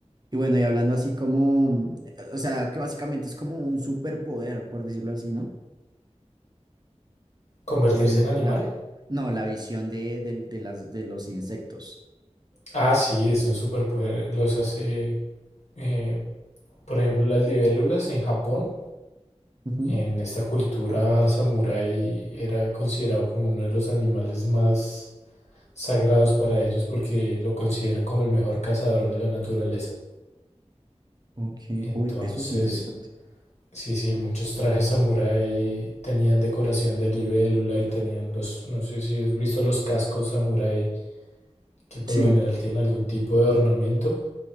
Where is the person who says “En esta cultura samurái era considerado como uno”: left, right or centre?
Left